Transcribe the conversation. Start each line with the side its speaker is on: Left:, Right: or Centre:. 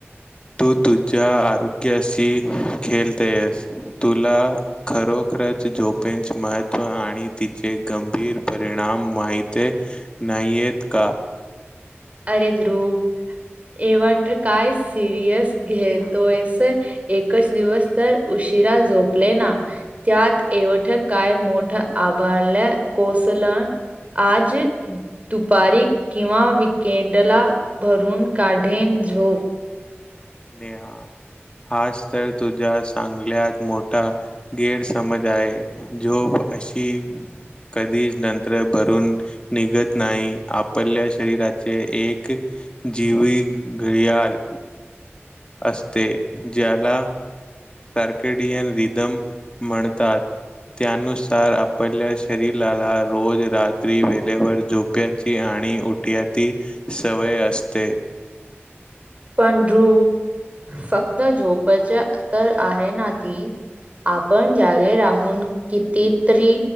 Left: तू तुझ्या आरोग्याशी खेळतेस. तुला खरोख खर झोपेचे महत्त्व आणि तिचे गंभीर परिणाम माहितय नाहीयत का?
Right: अरे ध्रुव एवंट काय सिरियस घेतोयस. एकच दिवस तर उ उशिरा झोपले ना. त्यात एवढ काय मोठ् आभारल्या कोस आज दुपारी किंवा केंडला भरून काढेण झोप.
Left: नेहा हाच तर तुझ्या चांगल्यात मोठा गैरसमज आहे. जो अशी कधीच नंतर भरून निघत नाही. आपल्या शरीराचे एक जीवी घडयाल असते. ज्याला सर्केडियन रिदम म्हणतात. त्यानुसार आपल्या शरीराला रोज रात्री वेळेवर झोप्याची आणि आणि उठया ती सवय असते.
Right: पण ध्रुव, फक्त झोपच्या तर आहे ना ती. आपण जागे राहून कितीतरी